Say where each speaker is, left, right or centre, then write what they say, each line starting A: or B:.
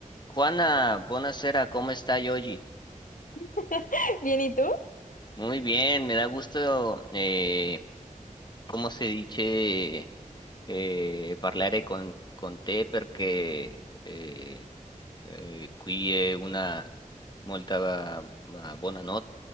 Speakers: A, on the left; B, on the left.
A: Juana, buonasera, ¿cómo está Yogi?
B: <laughs> Bien, ¿y tú?
A: Muy bien, me da gusto eh, come si dice eh, parlare con, con te perché eh, eh, qui è una molta ah, buona